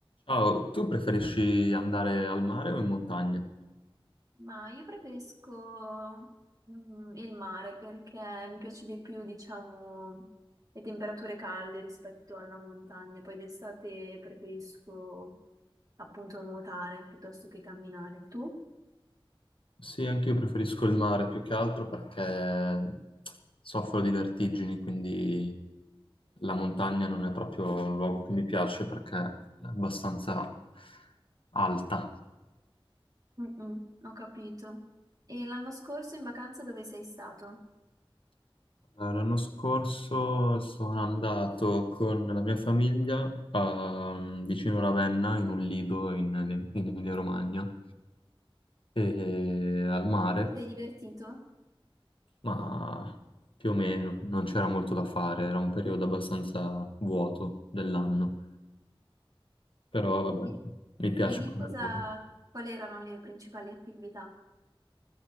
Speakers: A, on the left; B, on the right.
A: Ciao, tu preferisci andare al mare o in montagna?
B: Ma io preferisco mm, il mare perché mi piace di più, diciamo, le temperature calde rispetto alla montagna. Poi d'estate preferisco appunto nuotare piuttosto che camminare. Tu?
A: Sì, anche io preferisco il mare più che altro perché soffro di vertigini, quindi la montagna non è proprio un luogo che mi piace perché è abbastanza alta.
B: Mm-mm, ho capito. E l'anno scorso in vacanza dove sei stato?
A: Eh, L'anno scorso sono andato con la mia famiglia ehm, vicino Ravenna, in un lido in, in Emilia-Romagna, e al mare.
B: Ti sei divertito?
A: Ma più o meno, non c'era molto da fare, era un periodo abbastanza vuoto dell'anno, però vabbè,
B: E
A: mi piace
B: e lì
A: come
B: cosa,
A: lavoro.
B: quali erano le principali attività?